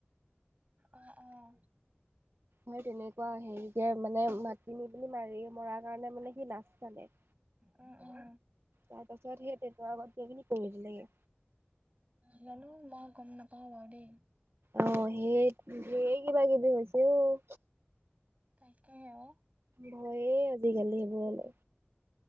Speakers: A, on the right; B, on the right.
A: অঁহ অঁ।
B: মই তেনেকুৱা হেৰিকে মানে মাত মাতি নি পিনি মাৰি মৰাৰ কাৰণে মানে সি লাজ পালে।
A: উম উম
B: তাৰপাছত সেই টেইটৰ আগত গৈ পিনি পৰি দিলেগে।
A: জানো মই গম নেপাওঁ বাৰু দেই।
B: অঁ সেই ধেই কিবা কিবি হৈছে অ'।
A: তাকেহে ঔ।
B: ভয়েই আজিকালি সেইবোৰলে।